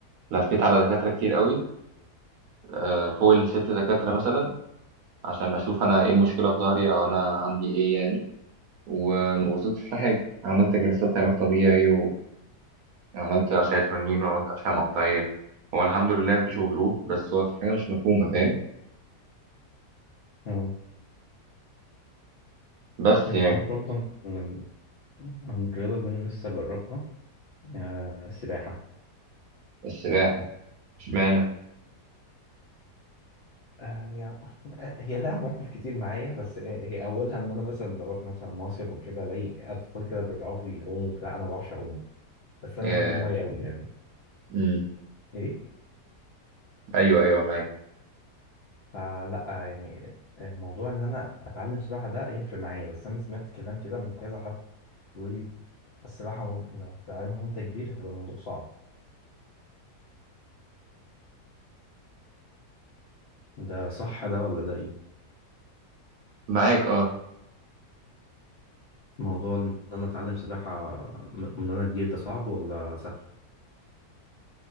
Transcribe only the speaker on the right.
لفيت على دكاترة كتير قوي آه، فوق الست دكاترة مثلا عشان أشوف أنا إيه المشكلة في ظهري أو أنا عندي إيه يعني وما وصلتش لحاجة عملت جلسة علاج طبيعي وعملت أشعة رنين وعملت أشعة مقطعية هو الحمد لله مفيش غضروف بس هو في حاجة مش مفهومة فاهم
بس
يعني
السباحة اشمعنى
آه،
مم،
أيوه أيوه معاك
معاك أه